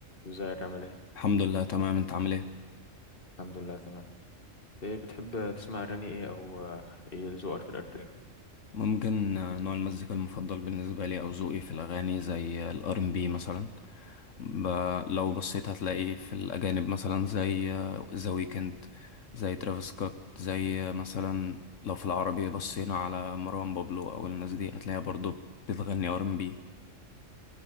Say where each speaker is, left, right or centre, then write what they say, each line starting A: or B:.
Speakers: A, on the left; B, on the left.
A: ازيك عامل ايه؟
B: الحمد لله تمام انت عامل ايه
A: الحمد لله تمام ايه بتحب تسمع اغاني ايه او آه، ايه ذوقك في الاغاني؟
B: ممكن آه، نوع المزيكا المفضل بالنسبه لي او ذوقي في الاغاني زي الار ام بي مثلا ب... لو بصيت هتلاقي في الاجانب مثلا زي ذا ويكند زي ترافيس سكوت زي آه، مثلا لو في العربي بصينا على مروان بابلو او الناس دي هتلاقيها برضو بتغني ار ام بي